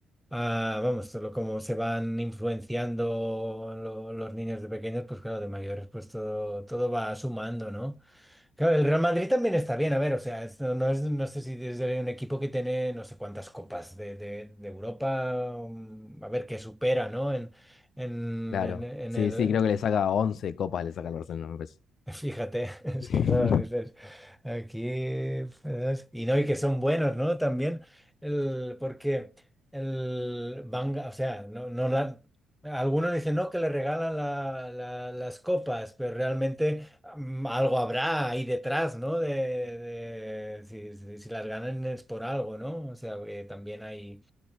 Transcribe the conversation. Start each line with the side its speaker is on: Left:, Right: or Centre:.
Centre: a, vamos, todo lo como se van influenciando lo- los niños de pequeños, pues claro, de mayores, pues todo, todo va sumando, ¿no? Claro, el Real Madrid también está bien, a ver, o sea, es- no, no es, no sé si es de un equipo que tiene no sé cuántas copas de, de- de Europa, um, a ver, que supera, ¿no? En, en,
Left: Claro.
Centre: en- en
Left: Sí,
Centre: el,
Left: sí, creo que le saca 11 copas, le saca al Barcelona, me parece.
Centre: Fíjate, <laughs> es
Left: <laughs>
Centre: que claro, dices, aquí, ¿sabes? y no, y que son buenos, ¿no? También, el, porque el van, o sea, no, no la- algunos dicen, no, que le regalan la- la- las copas, pero realmente mm, algo habrá ahí detrás, ¿no? De, de- si, si- si las ganan es por algo, ¿no? O sea, que también hay,